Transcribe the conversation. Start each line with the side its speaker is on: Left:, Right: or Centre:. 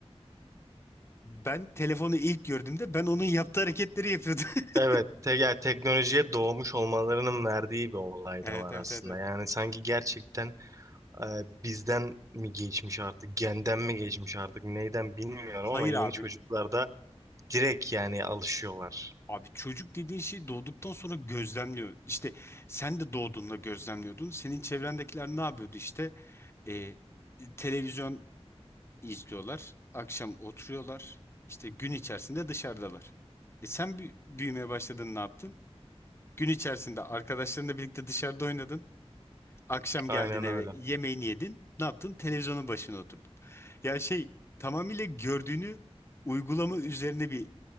Left: ben telefonu ilk gördüğümde ben onun yaptığı hareketleri yapıyordum. <laughs>
Right: Evet, te yani teknolojiye doğmuş olmalarının verdiği bir olay
Left: Evet
Right: da var
Left: evet
Right: aslında.
Left: evet. evet.
Right: Yani sanki gerçekten e, bizden mi geçmiş artık, genden mi geçmiş artık, neyden bilmiyorum
Left: Hayır
Right: ama yeni
Left: abi
Right: çocuklarda direkt yani alışıyorlar.
Left: Abi çocuk dediğin şeyi doğduktan sonra gözlemliyor. İşte sen de doğduğunda gözlemliyordun. Senin çevrendekiler ne yapıyordu işte? Ee, televizyon izliyorlar. Akşam oturuyorlar. İşte gün içerisinde dışarıdalar. E sen bü- büyümeye başladın ne yaptın? Gün içerisinde arkadaşlarınla birlikte dışarıda oynadın. Akşam
Right: Aynen
Left: geldin eve
Right: öyle.
Left: yemeğini yedin. Ne yaptın? Televizyonun başına oturdun. Ya şey tamamıyla gördüğünü uygulama üzerine bir